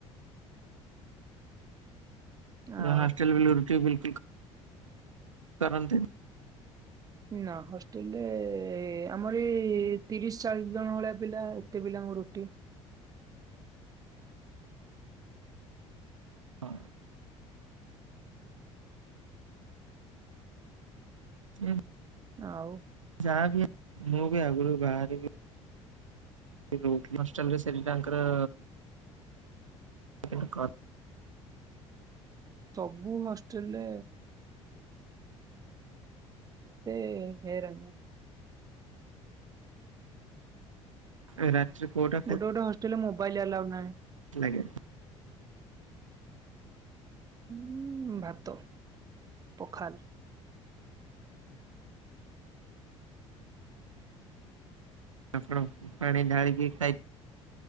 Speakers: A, on the right (about 25°); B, on the right (about 80°).
A: ଆଉ
B: ହଷ୍ଟେଲ୍ ଗଲେ ରୁଟି ବିଲ୍ କୁଲ୍ ଖା କରନ୍ତି।
A: ନା ହଷ୍ଟେଲ ରେ ଆମର ଏ ତିରିଶ ଚାଳିଶ ଜଣ ଭଳିଆ ପିଲା ଏତେ ପିଲାଙ୍କୁ ରୁଟି
B: ହଁ। <unintelligible>
A: ଆଉ
B: ଯାହାବି ମୁଁ ବି ଆଗୁରୁ ବାହାରିବି। <unintelligible> ହଷ୍ଟେଲରେ ସେ ବି ତାଙ୍କର କେନ କ।
A: ସବୁ ହଷ୍ଟେଲରେ ସେ। <unintelligible>
B: ଏ ରାଜୁ ପୁଅଟା
A: ଗୋଟେ ଗୋଟେ ହଷ୍ଟେଲରେ ମୋବାଇଲ ଆଲାଉ ନାହିଁ।
B: ଦେଖେ
A: ଉଁ ଭାତ ପଖାଲ୍।
B: ଆପଣ ପାଣି ଢାଳିକି ଖାଇ